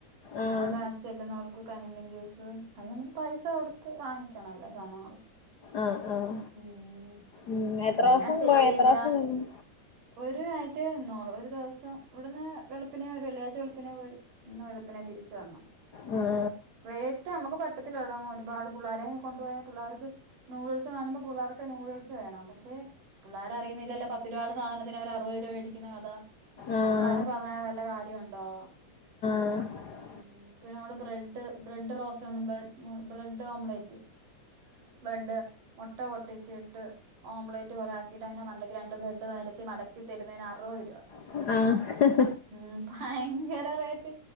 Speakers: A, on the left; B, on the right.
A: ആഹ്
B: അവിടെ ചെല്ലുന്നവർക്ക് കരിമ്പിൻ ജ്യൂസ് അത് നമ്മള് പൈസ കൊടുത്ത് വാങ്ങിക്കണം എല്ലാ സാധനങ്ങളും
A: ആഹ് ആഹ്
B: ഉം
A: ഉം എത്ര
B: പിന്നെ
A: ദിവസം
B: തേയില
A: പോയേ എത്ര ദിവസം നിന്ന്
B: ഒരു ആയിട്ടെ ന്നോളൂ ഒരു ദിവസം ഇവിടുന്ന് വെളുപ്പിനെ വെള്ളിയാഴ്ച വെളുപ്പിനേ പോയി അന്ന് വെളുപ്പിനെ തിരി ച്ചന്നു
A: ഉം
B: വേറ്റോം നമുക്ക് പറ്റത്തില്ല ഇതൊന്നും ഒരുപാട് പുള്ളേരെയും കൊണ്ടു പോയാ പുള്ളേർക്ക് നൂഡിൽസ് കാണുമ്പോ പുള്ളേർക്ക് നൂ--‌ നൂഡിൽസ് വേണം പക്ഷെ പുള്ളേരറിയുന്നില്ലല്ലോ പത്തിരുപതാടെ സാധനത്തിന് അവര് അറുപത് രൂപ മേടിക്കുന്ന കഥ
A: ആഹ് ആഹ്
B: പുള്ളേരെ പറഞ്ഞാ വല്ല കാര്യോണ്ടോ?
A: ഉം
B: ഉം പിന്നെ അവടെ ബ്രെഡ് ബ്രെഡ് റോസ്‌റ്റാന്നും പറ് ഉം ബ്രെഡ് ഓംപ്ലേറ്റ് ബ്രെഡ് മുട്ട പൊട്ടിച്ചിട്ട് ഓംപ്ലേറ്റ് പോലെ ആ ക്കീട്ടയ്ന്റെ മണ്ടക്ക് രണ്ട് ബ്രഡ് നെരത്തി മടക്കി തരുന്നതിന് അറുപത് രൂപ
A: ആഹ്
B: ഉം ഭയങ്കര റേറ്റ്